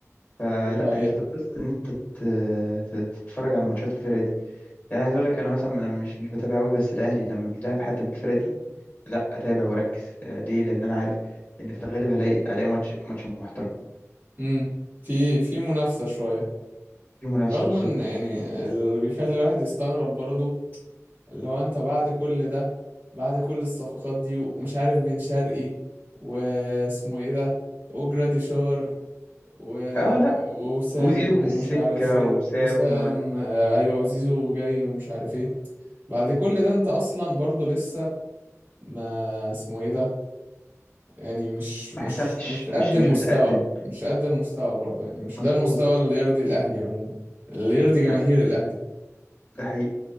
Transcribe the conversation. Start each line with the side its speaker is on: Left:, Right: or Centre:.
Left: فلا
Right: دي حقيقة
Left: انت تبسط ان انت ت- ت- تتفرج على ماتشات الفرقه دي يعني عايز اقول لك انا مثلا انا مش مش بتابع قوي بس الاهلي لما بيلعب حد من الفرقه دي لا اتابع واركز آه، ليه لان انا عارف ان في الغالب هلاقي الاقي ماتش ماتش محترم
Right: امم في في منافسة شوية
Left: في منافسه
Right: رغم
Left: بالظبط
Right: ان يعني اللي بيخلي الواحد يستغرب برضه اللي هو انت بعد كل ده بعد كل الصفقات دي ومش عارف بن شرقي واسمه ايه ده وجراديشار و...
Left: اه لا
Right: وسام
Left: وزيزو
Right: ومش
Left: في السكه
Right: عارف ايه
Left: وسام
Right: وسام
Left: وما
Right: آه، ايوه وزيزو جاي ومش عارف ايه بعد كل ده انت اصلا برضه لسه ما اسمه ايه ده يعني مش مش
Left: حسمتش
Right: مش قد
Left: مش
Right: المستوى
Left: مش بتقدم
Right: مش قد المستوى برضه يعني مش
Left: مظبوط
Right: ده المستوى اللي يرضي الأهلي عموما اللي يرضي جماهير
Left: لا
Right: الأهلي
Left: ده حقيقي